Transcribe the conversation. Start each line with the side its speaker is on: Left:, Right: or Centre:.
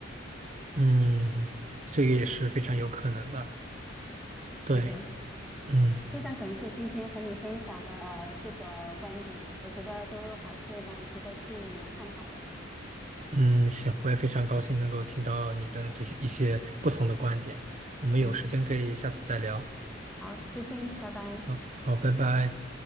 Right: 嗯，这个也是非常有可能的。对，
Centre: 是的，
Right: 嗯
Centre: 非常感谢今天和你分享的这个观点，我觉得都还是蛮值得去探讨的。
Right: 嗯，行，我也非常高兴能够听到你的这些一些不同的观点。我们有时间可以下次再聊。
Centre: 嗯，好，再见，拜拜。
Right: 好，好，拜拜。